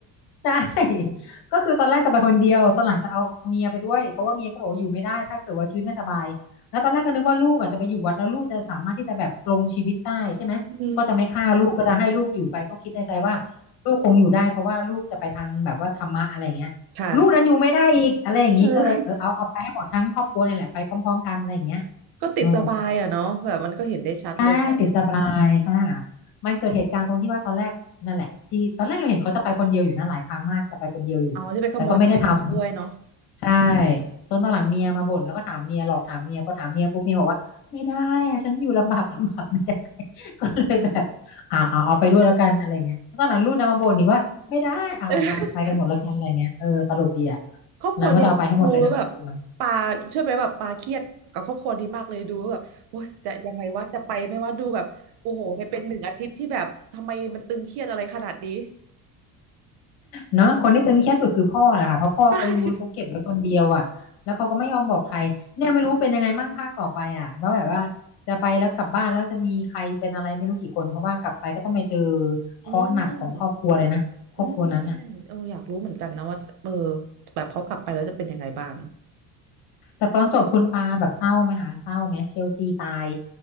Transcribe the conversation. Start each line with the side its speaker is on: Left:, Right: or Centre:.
Left: ใช่ <laughs> ก็คือตอนแรกจะไปคนเดียวตอนหลังจะเอาเมียไปด้วยเพราะว่าเมียก็บอกว่าอยู่ไม่ได้ถ้าเกิดว่าชีวิตไม่สบายแล้วตอนแรกก็นึกว่าลูกอ่ะจะไปอยู่วัดแล้วลูกจะสามารถที่จะแบบปลงชีวิตได้ใช่ไหมก็จะไม่ฆ่าลูกก็จะให้ลูกอยู่ไปเพราะคิดในใจว่า
Right: อืม
Left: ลูกคงอยู่ได้เพราะว่าลูกจะไปทางแบบว่าธรรมะอะไรอย่างเงี้ยลูกนั้นอยู่ไม่ได้อีกอะไรอย่างงี้ก็เลยเออเอาเอาไปให้หมดทั้งครอบครัวเนี่ยแหละไปพร้อมๆกันอะไรอย่างเงี้ย
Right: ค่ะเออก็ติดสบายอ่ะเนาะแบบมันก็เห็นได้ชัดเลยว่า
Left: อ๋อ อ่าติดสบายใช่ไหมคะมันเกิดเหตุการณ์ตรงที่ว่าตอนแรกนั่นแหละที่ตอนแรกเราเห็นเขาจะไปคนเดียวอยู่นะหลายครั้งมากจะไปคนเดียวอยู่แต่ก็ไม่ได้ท
Right: เอาที่ไปขโมยปืนมาด้วยเนาะ
Left: ำใช่จนตอนหลังเมียมาบ่นแล้วก็ถามเมียหลอกถามเมียพอถามเมียปุ๊บเมียบอกว่าไม่ได้อะฉันอยู่ลำบาก <laughs> ลำบากไม่ได้ <laughs> ก็เลยแบบอ่าเอาเอาไปด้วยแล้วกันอะไรเงี้ยแล้วตอนหลังลูกนะมาบ่นอีกว่าไม่ได้เอาเอาไปไปกันหมดแล้วกันอะไรเงี้ยเออตลกดีอ่ะ
Right: เออครอบครัวเนี่ยดูแล้วแบบ
Left: นางก็จะเอาไปให้หมดเลยทั้งครอบครัว
Right: ปาเชื่อไหมแบบปาเครียดกับครอบครัวนี้มากเลยดูแล้วแบบโอ้ยจะยังไงวะจะไปไหม่ว่าดูแบบโอ้โหในเป็นหนึ่งอาทิตย์ที่แบบทำไมมันตึงเครียดอะไรขนาดนี้
Left: เนาะคนที่ตึงเครียดสุดคือพ่อแหละค่ะเพราะพ่อเขารู้แล้วเขาเก็บไว้คนเดียวอ่ะแล้วเขาก็ไม่ยอมบอกใครเนี่ยไม่รู้เป็นยังไงมั่งภาคต่อไปอ่ะว่าแบบว่าจะไปแล้วกลับบ้านแล้วจะมีใครเป็นอะไรไม่รู้กี่คนเพราะว่ากลับไปก็ต้องไปเจอ
Right: ใช่
Left: เคราะห์หนักของครอบครัวเลยนะครอบครัวนั้นอ่ะ
Right: อืม อืมใช่เอออยากรู้เหมือนกันนะว่าเออแบบเขากลับไปแล้วจะเป็นยังไงบ้าง
Left: แต่ตอนจบคุณปาแบบเศร้าไหมคะเศร้าไหมเชลซีตาย